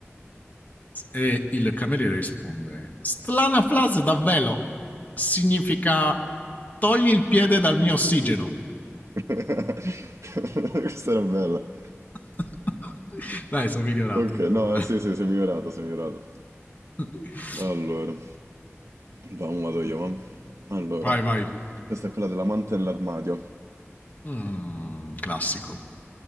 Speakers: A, on the left (about 35°); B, on the right (about 85°).
A: E il cameriere risponde: Strana frase davvero. Significa togli il piede dal mio ossigeno.
B: <laughs> Questa era bella.
A: <laughs> dai, sono migliorato
B: Ok,
A: un po'.
B: no,
A: Dai.
B: sì, sì, sei migliorato, sei migliorato.
A: <laughs>
B: Allora, vamo, vado io, va. Allora,
A: Vai, vai.
B: questa è quella dell'amante nell'armadio.
A: Mm, classico.